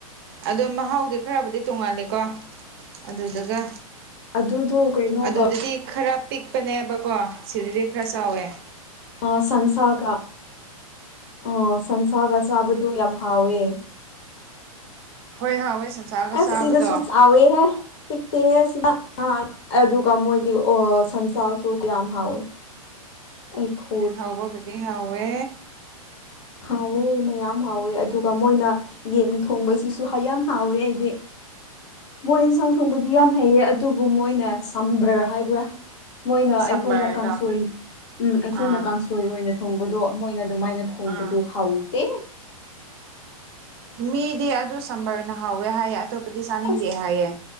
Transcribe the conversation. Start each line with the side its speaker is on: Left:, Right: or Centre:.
Right: ꯑꯗꯣ ꯃꯍꯥꯎꯗꯤ ꯈꯔꯕꯨꯗꯤ ꯇꯣꯡꯉꯥꯜꯂꯤꯀꯣ ꯑꯗꯨꯗꯒ
Left: ꯑꯗꯨꯗꯣ ꯀꯩꯅꯣꯒ
Right: ꯑꯗꯨꯗꯨꯗꯤ ꯈꯔ ꯄꯤꯛꯄꯅꯦꯕꯀꯣ ꯁꯤꯗꯗꯤ ꯈꯔ ꯆꯥꯎꯋꯦ
Left: ꯑ ꯁꯟꯁꯥꯒ ꯑ ꯁꯟꯁꯥꯒ ꯆꯥꯕꯗꯨ ꯌꯥꯝ ꯍꯥꯎꯋꯦ
Right: ꯍꯣꯏ ꯍꯥꯎꯋꯦ ꯁꯟꯁꯥꯒ
Left: ꯑꯁ
Right: ꯆꯥꯕꯗꯣ
Left: ꯁꯤꯗꯁꯨ ꯆꯥꯎꯋꯦ ꯍꯦ ꯄꯤꯛ <unintelligible> ꯇꯦꯍꯦ ꯁꯤꯗ ꯑ ꯗꯨꯒ ꯃꯣꯏꯒꯤ ꯑꯣ ꯁꯟꯁꯥꯁꯨ ꯀꯌꯥꯝ ꯍꯥꯎꯋꯦ ꯑꯩ <unintelligible>
Right: ꯍꯥꯎꯕ ꯕꯨꯗꯤ ꯍꯥꯎꯋꯦ
Left: ꯍꯥꯎꯋꯦ ꯃꯌꯥꯝ ꯍꯥꯎꯋꯦ ꯑꯗꯨꯒ ꯃꯣꯏꯅ ꯌꯦꯟ ꯊꯣꯡꯕꯁꯤꯁꯨ ꯍꯌꯥꯝ ꯍꯥꯎꯋꯦ ꯑꯩꯗꯤ ꯃꯣꯏ ꯏꯟꯁꯥꯡ ꯊꯣꯡꯕꯗꯤ ꯌꯥꯝ ꯍꯩꯌꯦ ꯑꯗꯨꯕꯨ ꯃꯣꯏꯅ ꯁꯝꯕ꯭ꯔ ꯍꯥꯏꯕ꯭ꯔꯥ ꯃꯣꯏꯅ
Right: ꯁꯝꯕꯔꯗꯣ
Left: ꯑꯩꯈꯣꯏꯅ ꯀꯥꯡꯁꯣꯏ ꯎꯝ ꯑꯩꯈꯣꯏꯅ
Right: ꯑꯥ
Left: ꯀꯥꯡꯁꯣꯏ ꯑꯣꯏꯅ ꯊꯣꯡꯕꯗꯣ ꯃꯣꯏꯅ ꯑꯗꯨꯃꯥꯏꯅ ꯊꯣꯡꯕꯗꯨ
Right: ꯑꯥ
Left: ꯍꯥꯎꯇꯦ
Right: ꯃꯤꯗꯤ ꯑꯗꯨ ꯁꯝꯕꯔꯅ ꯍꯥꯎꯋꯦ ꯍꯥꯏꯌꯦ ꯑꯇꯣꯞꯄꯗꯤ ꯆꯥꯅꯤꯡꯗꯦ
Left: ꯑꯁ
Right: ꯍꯥꯏꯌꯦ